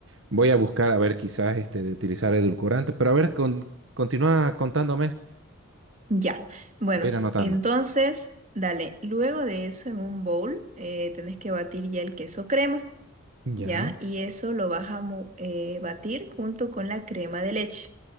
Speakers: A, on the right; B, on the right.
A: voy a buscar a ver quizás este, de utilizar edulcorante, pero a ver, con, continúa contándome,
B: Ya, bueno,
A: voy a ir anotando.
B: entonces, dale, luego de eso en un bowl eh, tenés que batir ya el queso crema,
A: Ya.
B: ¿ya? Y eso lo vas a mo- eh, batir junto con la crema de leche.